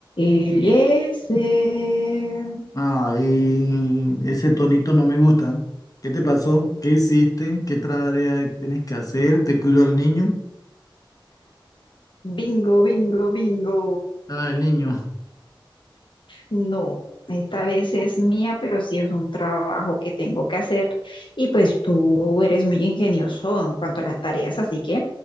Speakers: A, on the left; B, on the left.
A: Eliezer.
B: Ay, ese tonito no me gusta. ¿Qué te pasó? ¿Qué hiciste? ¿Qué tarea tienes que hacer? ¿Te cuidó al niño?
A: Bingo, bingo, bingo.
B: Ah, el niño.
A: No, esta vez es mía, pero sí es un trabajo que tengo que hacer. Y pues tú eres muy ingenioso en cuanto a las tareas, así que